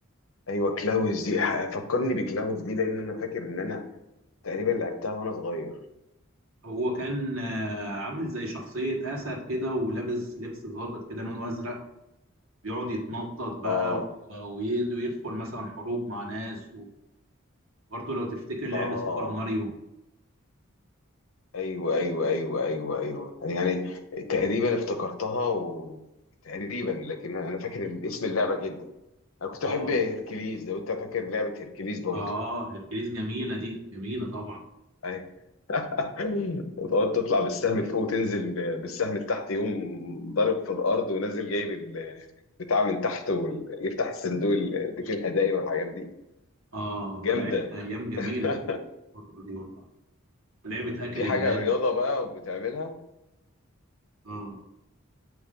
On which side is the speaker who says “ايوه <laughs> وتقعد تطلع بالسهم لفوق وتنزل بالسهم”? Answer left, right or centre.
Left